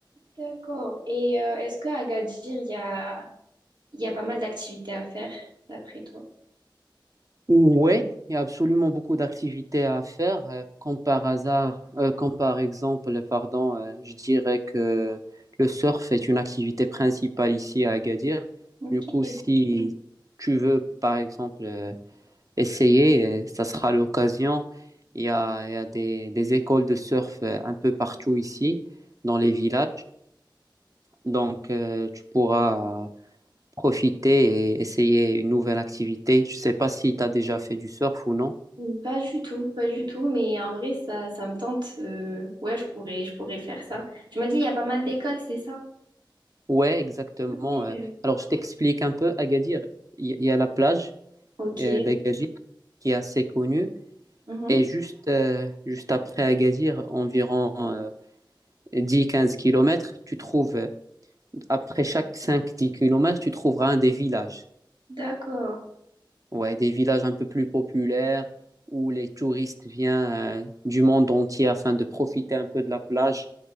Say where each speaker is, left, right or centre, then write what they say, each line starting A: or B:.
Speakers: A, on the right; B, on the right.
A: D'accord. Et euh, est-ce qu'à Agadir, il y a, il y a pas mal d'activités à faire, d'après toi?
B: Oui, il y a absolument beaucoup d'activités à faire. euh, comme par hasard, euh, comme par exemple, pardon, euh, je dirais que le surf est une activité principale ici à Agadir.
A: Ok.
B: Du coup, si tu veux, par exemple, euh, essayer, euh, ça sera l'occasion. Il y a, il y a des, des écoles de surf euh, un peu partout ici, dans les villages. Donc, euh, tu pourras profiter et essayer une nouvelle activité. Je ne sais pas si tu as déjà fait du surf ou non.
A: Mm, Pas du tout, pas du tout, mais en vrai, ça, ça me tente. euh, ouais, je pourrais, je pourrais faire ça. Tu m'as dit, il y a pas mal d'écoles, c'est ça?
B: Ouais, exactement.
A: Ok.
B: euh. Alors, je t'explique un peu. Agadir, il y, il y a la plage
A: Ok.
B: euh, d'Agadir qui est assez connue.
A: Mhm.
B: Et juste, euh, juste après Agadir, environ 10-15 kilomètres, tu trouves, euh, après chaque 5-10 kilomètres, tu trouveras un des villages.
A: D'accord.
B: Ouais, des villages un peu plus populaires où les touristes viennent euh, du monde entier afin de profiter un peu de la plage